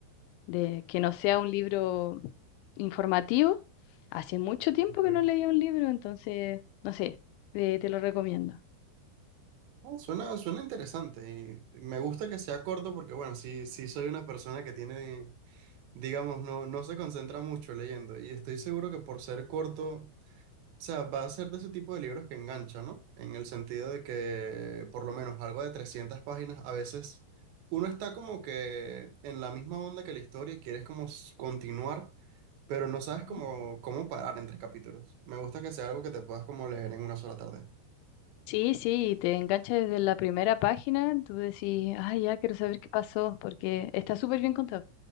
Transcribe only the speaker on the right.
Ok.
No, suena, suena interesante y me gusta que sea corto porque, bueno, sí, sí soy una persona que tiene digamos, no, no se concentra mucho leyendo. Y estoy seguro que por ser corto, o sea, va a ser de ese tipo de libros que engancha, ¿no? En el sentido de que por lo menos algo de 300 páginas, a veces uno está como que en la misma onda que la historia y quieres como s- continuar, pero no sabes cómo,
cómo parar entre capítulos. Me gusta que sea algo que te puedas como leer en una sola tarde.